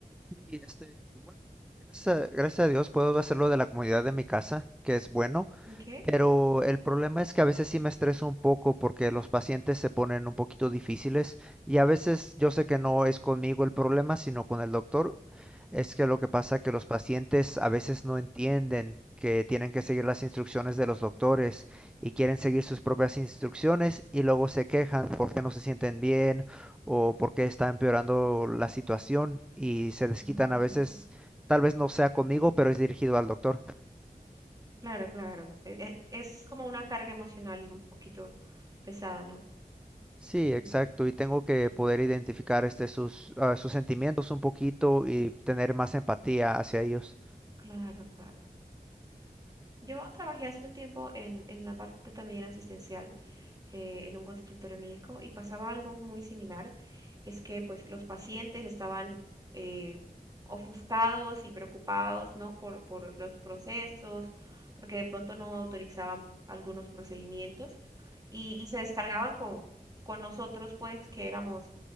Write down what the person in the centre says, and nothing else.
Sí, este, bueno, gracias a, gracias a Dios puedo hacerlo de la comunidad de mi casa, que es bueno.
Pero el problema es que a veces sí me estreso un poco porque los pacientes se ponen un poquito difíciles y a veces yo sé que no es conmigo el problema, sino con el doctor. Es que lo que pasa es que los pacientes a veces no entienden que tienen que seguir las instrucciones de los doctores y quieren seguir sus propias instrucciones y luego se quejan porque no se sienten bien o porque está empeorando la situación y se desquitan
a
veces, tal vez no sea conmigo, pero es dirigido al doctor.
Sí, exacto.
Y tengo que poder identificar este, sus, ah, sus sentimientos un poquito y tener más empatía hacia ellos.